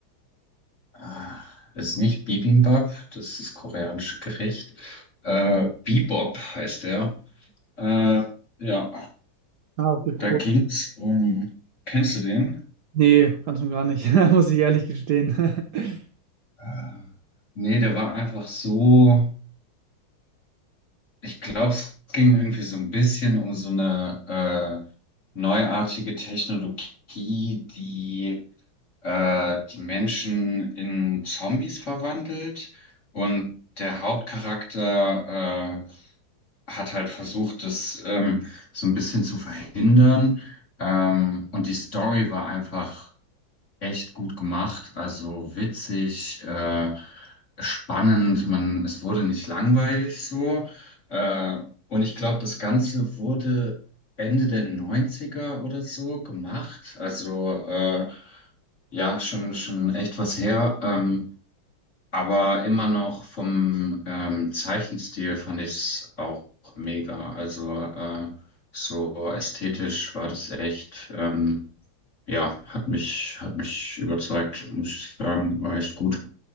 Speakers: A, on the left (about 35°); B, on the right (about 65°).
A: Ah, Das ist nicht Bibimbap, das ist koreanisches Gericht. Äh, Bebop heißt der. Äh, ja,
B: Ah, okay,
A: da
B: cool.
A: ging es um. Kennst du den?
B: Nee, ganz und gar nicht, <laughs> muss ich ehrlich gestehen. <laughs>
A: Äh, nee, der war einfach so. Ich glaube, es ging irgendwie so ein bisschen um so eine äh, neuartige Technologie, die äh, die Menschen in Zombies verwandelt. Und der Hauptcharakter äh, hat halt versucht, das ähm, so ein bisschen zu verhindern. Ähm, und die Story war einfach echt gut gemacht, also witzig, äh, spannend. Man, es wurde nicht langweilig so. Äh, und ich glaube, das Ganze wurde Ende der Neunziger oder so gemacht. Also äh, ja, schon, schon echt was her. Ähm, aber immer noch vom ähm, Zeichenstil fand ich es auch mega. Also äh, so ästhetisch war das echt, ähm, ja, hat mich, hat mich überzeugt, muss ich sagen, war echt gut.